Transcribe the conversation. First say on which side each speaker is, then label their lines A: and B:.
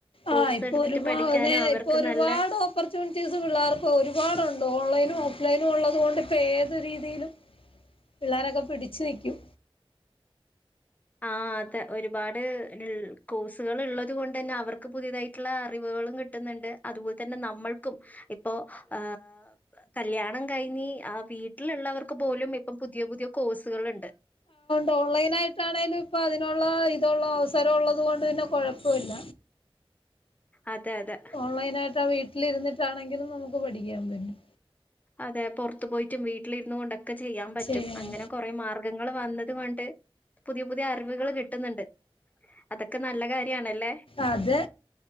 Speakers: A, on the left (about 15°); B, on the left (about 65°).
A: കോഴ്സ്
B: ആഹ് ഇപ്പൊ
A: എടുത്തിട്ട്
B: ഒരുപാ
A: പഠിക്കാന
B: നേ
A: അവർക്ക്
B: ഇപ്പൊ ഒരുപാട്
A: നല്ല
B: ഓപ്പർച്യൂണിറ്റീസ് പിള്ളേർക്ക് ഒരുപാടുണ്ട് ഓൺലൈനും ഓഫ്ലൈനും ഉള്ളതുകൊണ്ട് ഇപ്പോ ഏത് രീതിയിലും പിള്ളേരൊക്കെ പിടിച്ച് നിക്കും
A: ആഹ് അതെ ഒരുപാട് കോഴ്സുകൾ ഉള്ളത് കൊണ്ടന്നെ അവർക്ക് പുതിയതായിട്ടുള്ള അറിവുകളും കി ന്ന്ണ്ട് അതുപോലെ തന്നെ നമ്മൾക്കും ഇപ്പോ ആഹ് കല്യാണം കഴിഞ്ഞ് ആഹ് വീട്ടിലുള്ളവർക്ക് പോലും ഇപ്പം പുതിയ പുതിയ കോഴ്സുകളുണ്ട് <inaudible>
B: ഓൺ ലൈനായിട്ടാണെലും ഇപ്പൊ അതിനൊള്ള ഇതൊള്ള അവസരം ഉള്ളത് കൊണ്ട് പിന്നെ കൊഴപ്പൊല്ല
A: അതെ അതെ.
B: ഓൺലൈനായിട്ട് ആ വീട്ടില് ഇരുന്നിട്ടാണെങ്കിലും നമുക്ക് പഠിക്കാൻ പറ്റും.
A: അതെ പൊർത്ത് പോയിറ്റും വീട്ടിലിര്ന്നുകൊണ്ടൊക്കെ ചെയ്യാം പറ്റും
B: ചെയ്യാൻ
A: അങ്ങനെ കൊറേ മാർഗങ്ങള് വന്നത് കൊണ്ട് പുതിയ പുതിയ അറിവ്കൾ കിട്ട്ന്ന്ണ്ട് അതക്കെ നല്ല കാര്യാണല്ലേ
B: അത്